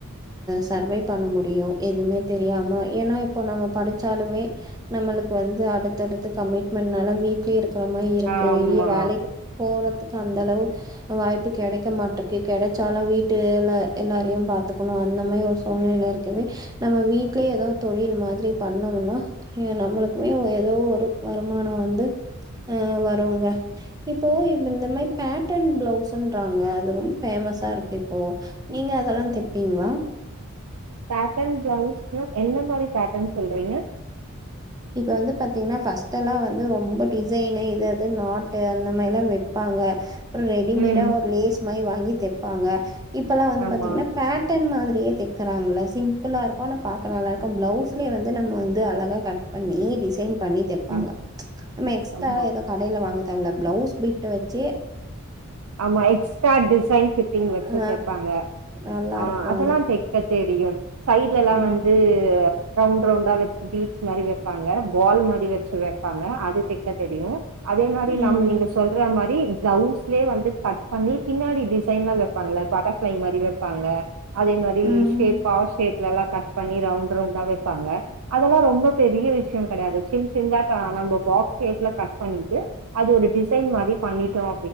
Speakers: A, on the right; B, on the right.
A: சர்வை பண்ண முடியு எதுவுமே தெரியாம ஏன்னா இப்ப நம்ம படிச்சாலுமே நம்மளுக்கு வந்து அடுத்தடுத்து கமிட்மெண்ட்னால வீட்ல இருக்கிற மாத
B: ஆமா
A: வெளிய வேலைக்கு போற க்கு அந்த அளவு வாய்ப்பு கெடைக்க மாட்டிருக்கு கெடைச்சாலு வீட்ல எல்லாரையு பாத்துக்கணு அந்த மாரி ஒரு சூழ்நிலைல இருக்கவே நம்ம வீட்லயே எதோ தொழில் மாரி பண்ணோம்னா ஹ நம்மளுக்குமே ஏதோ ஒரு வருமானம் வந்து அஹ் இப்போ இந்த மாரி பேட்டன் பிளவுஸ்ங்ராங்க அது ரொம்ப பேமஸ்ஸா இருக்கு இப்போ நீங்க அதெல்லா தைப்பீங்களா
B: பேட்டர்ன் பிளவுஸ் எந்த மாரி பேட்டர்ன் சொல்றீங்க
A: இப்ப வந்து பாத்தீங்கன்னா ஃபர்ஸ்ட் எல்லா வந்து ரொம்ப டிசைனு இது அது நாட்டு அந்த மாரில்லா வைப்பாங்க அப்புறம் ரெடிமேடா
B: ம்
A: ஒரு லேஸ் மாரி வாங்கி தெ இருப்பாங்க இப்பெல்லா வந்து
B: ஆமா
A: பாத்தீங்கன்னா பேட்டர்ன் மாரி தைக்குறாங்கள சிம்பிளா இருக்கு ஆனா பாக்க நல்லா இருக்கு பிளவுஸ்லய வந்து நம வந்து அழகா கட் பண்ணி டிசைன் பண்ணி தெப்பாங்க
B: ம்
A: நம்ம எக்ஸ்டரா
B: ஆமா
A: எது கடைல வாங்க பிளவுஸ் பிட்ட வெச்சே
B: ஆமா எக்ஸ்ட்ரா டிசைன் ஃபிட்டிங் வெச்சு
A: அ
B: தெப்பாங்க
A: நல்லாருக்கும்
B: ஆஹ் அதெல்லா
A: அது.
B: தெரியு சைட்லல்லா
A: ம்.
B: வந்து ரவுண்ட் ரவுண்டா வெச்சு பீட்ஸ் மாரி வைப்பாங்க பால் மாரி வெச்சு வைப்பாங்க அது தெக்க தெரியு அதே மாரி
A: ம்
B: நம் நீங்க சொல்ற மாரி டவுஸ் வந்து கட் பண்ணி பின்னாடி டிசைன்லாம் வெப்பாங்கள பட்டர்ஃபிளை மாதிரி வெப்பாங்க அதே மாதிரி
A: ம்
B: ஷேப்பா ஷே நல்லா கட் பண்ணி ரவுண்ட் ரவுண்டா வெப்பாங்க அதெல்லாம் ரொம்ப பெரிய விஷயம் கெடையாது சின் சின்னதா நம்ப பாக்ஸ் ஷேப்ல கட் பண்ணிட்டு அது ஒரு டிசைன் மாதிரி பண்ணிட்டோம்